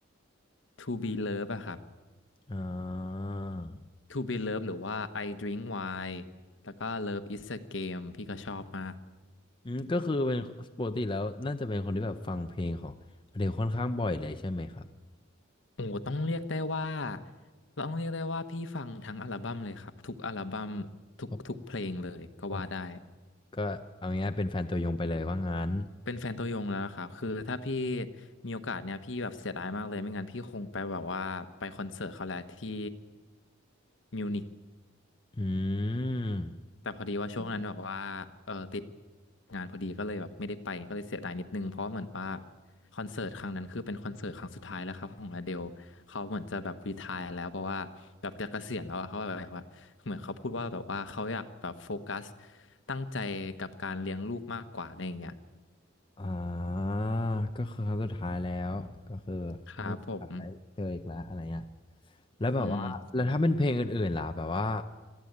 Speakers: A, on the left; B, on the left.
A: To Be Love อะครับ
B: อ่า
A: To Be Love หรือว่า I Drink Wine แล้วก็ Love Is a Game พี่ก็ชอบมาก
B: อืมก็คือเป็นปกติแล้วน่าจะเป็นคนที่แบบฟังเพลงของเดลค่อนข้างบ่อยเลยใช่ไหมครับ
A: โอ้ต้องเรียกได้ว่าต้องเรียกได้ว่าพี่ฟังทั้งอัลบั้มเลยครับทุกอัลบั้มทุกทุกเพลงเลยก็ว่าได้
B: โอ้โหก็เอาง่ายๆเป็นแฟนตัวยงไปเลยว่างั้น
A: เป็นแฟนตัวยงแล้วครับคือถ้าพี่มีโอกาสเนี่ยพี่แบบเสียดายมากเลยไม่งั้นพี่คงไปแบบว่าไปคอนเสิร์ตเขาแหละที่มิวนิก
B: อืม
A: แต่พอดีว่าช่วงนั้นแบบว่าเออติดงานพอดีก็เลยแบบไม่ได้ไปก็เลยเสียดายนิดนึงเพราะเหมือนว่าคอนเสิร์ตครั้งนั้นคือเป็นคอนเสิร์ตครั้งสุดท้ายแล้วครับของอเดลเขาเหมือนจะแบบรีไทร์แล้วเพราะว่าแบบจะเกษียณแล้วอะเขาแบบว่าเหมือนเขาพูดว่าแบบว่าเขาอยากแบบโฟกัสตั้งใจกับการเลี้ยงลูกมากกว่าอะไรอย่างเงี้ย
B: อ่าก็คือครั้งสุดท้ายแล้วก็คือไม่อยากได้เจออีกแล้วอะไรเงี้ย
A: ครับผม
B: แล้วแบบว่าแล้วถ้าเป็นเพลงอื่นๆล่ะแบบว่า
A: อืม